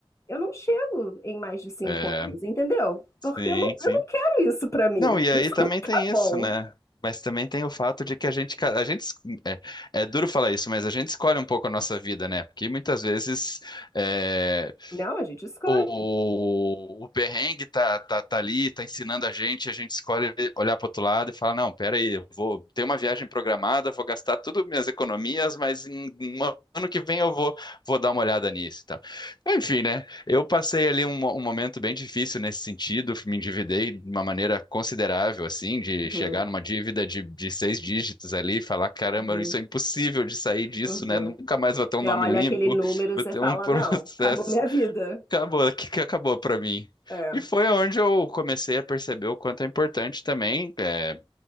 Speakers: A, on the left; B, on the left.
A: eu não chego em mais de cinco
B: É,
A: anos, entendeu?
B: sim,
A: Porque eu não,
B: sim.
A: eu não quero isso pra mim.
B: Não, e aí
A: Isso
B: também
A: não
B: tem
A: é
B: isso,
A: bom.
B: né? Mas também tem o fato de que a gente, ca- a gente, es- é, é duro falar isso, mas a gente escolhe um pouco a nossa vida, né? Porque muitas vezes é,
A: Não, a gente escolhe.
B: o, o perrengue tá, tá, tá ali, tá ensinando a gente, a gente escolhe olhar para outro lado e fala, não, pera aí, eu vou ter uma viagem programada, vou gastar tudo minhas economias, mas em um ano que vem eu vou, vou dar uma olhada nisso e tal. Enfim, né? Eu passei ali um, mo- um momento bem difícil nesse sentido, me endividei de uma maneira considerável, assim, de
A: Uhum,
B: chegar numa dívida de, de seis dígitos ali e falar, caramba,
A: uhum,
B: isso é impossível de sair disso,
A: uhum.
B: né? Nunca mais vou ter um nome
A: Você olha
B: limpo,
A: aquele número,
B: vou
A: você
B: ter
A: fala,
B: um <laughs> processo
A: não, acabou minha vida.
B: Acabou, que que acabou pra mim.
A: É,
B: E foi onde eu comecei a perceber o quanto é importante também é,